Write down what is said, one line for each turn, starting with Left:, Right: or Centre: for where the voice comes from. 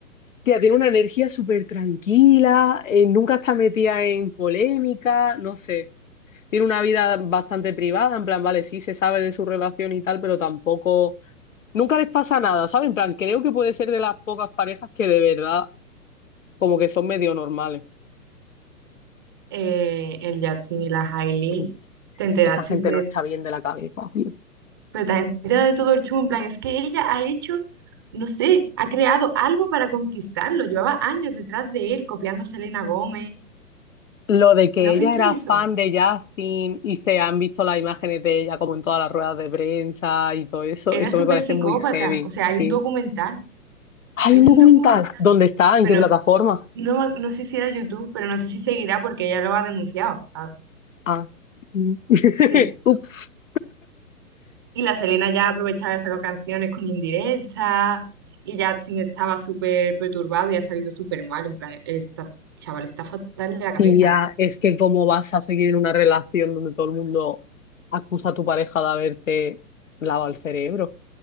Left: Tía, tiene una energía súper tranquila, eh, nunca está metida en polémica, no sé. Tiene una vida bastante privada, en plan, vale, sí se sabe de su relación y tal, pero tampoco, nunca les pasa nada, ¿sabes? En plan, creo que puede ser de las pocas parejas que de verdad como que son medio normales.
Right: Eh, el Justin y la Hailey.
Left: <clears throat>
Right: ¿Te enteraste
Left: Esa gente
Right: de
Left: no está bien de la cabeza, tío.
Right: Pero también te da de todo el chumbo, en plan, es que ella ha hecho, no sé, ha creado algo para conquistarlo. Llevaba años detrás de él, copiando a Selena Gómez.
Left: Lo de que
Right: ¿No has
Left: ella
Right: visto
Left: era
Right: eso?
Left: fan de Justin y se han visto las imágenes de ella como en todas las ruedas de prensa y todo eso,
Right: Era
Left: eso
Right: súper
Left: me parece
Right: psicópata.
Left: muy heavy,
Right: O sea,
Left: sí.
Right: hay un documental,
Left: Hay
Right: hay
Left: un
Right: un
Left: documental.
Right: documental,
Left: ¿Dónde está? ¿En
Right: pero
Left: qué plataforma?
Right: no, me ac- no sé si era YouTube, pero no sé si seguirá porque ella lo ha denunciado, ¿sabes?
Left: Ah. mm.
Right: Sí.
Left: <laughs> Ups.
Right: Y la Selena ya aprovechaba de sacar canciones con indirectas y Justin estaba súper perturbado y ha salido súper mal, en plan, esta chaval está fatal de la cabeza.
Left: Y ya, es que cómo vas a seguir en una relación donde todo el mundo acusa a tu pareja de haberte lavado el cerebro.